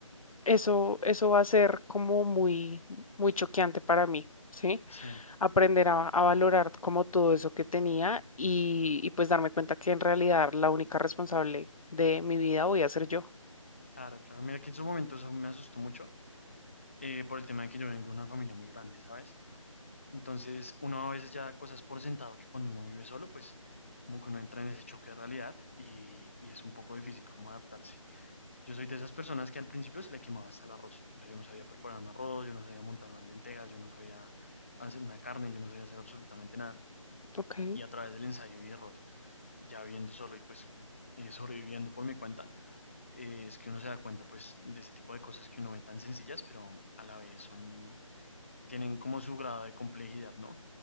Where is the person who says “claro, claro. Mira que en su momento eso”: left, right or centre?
Left